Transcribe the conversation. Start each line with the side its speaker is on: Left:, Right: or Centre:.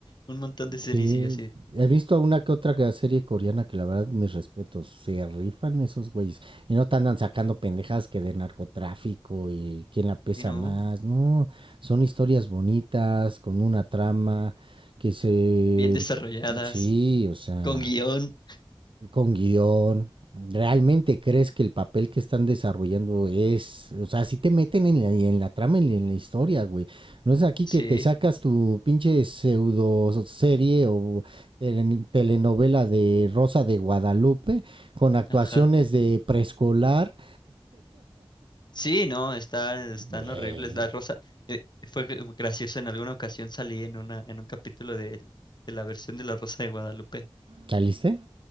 Left: un montón de series
Right: Sí,
Left: y yo así.
Right: he visto una que otra que- serie coreana que la verdad, mis respetos, se rifan esos güeyes. Y no te andan sacando
Left: Sí.
Right: pendejadas que de narcotráfico y quién la pesa
Left: Y no,
Right: más, no. Son historias bonitas, con una trama que se...
Left: bien desarrolladas,
Right: Sí, o sea
Left: con guión.
Right: con guión. ¿Realmente crees que el papel que están desarrollando es, o sea, si te meten en la, en la trama, en, la en la historia, güey? No es aquí
Left: Sí,
Right: que te sacas tu pinche pseudo serie o tele- telenovela de Rosa de Guadalupe con actuaciones
Left: ajá.
Right: de preescolar.
Left: Sí, no, están, están
Right: Güey,
Left: horribles. La Rosa, eh, fue gr- gracioso, en alguna ocasión salí en una, en un capítulo de, de la versión de La Rosa de Guadalupe.
Right: ¿saliste?